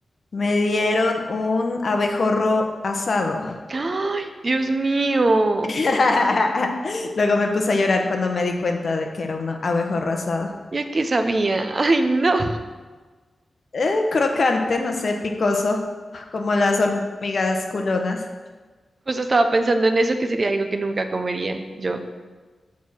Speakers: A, on the left (about 45°); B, on the right (about 45°).
A: me dieron un abejorro asado.
B: ¡Ay, Dios mío!
A: <laughs> Luego me puse a llorar cuando me di cuenta de que era un abejorro asado.
B: Ya qué sabía. <laughs> ¡Ay, no!
A: Eh, crocante, no sé, picoso, como las hormigas culonas.
B: Justo estaba pensando en eso que sería algo que nunca comería yo.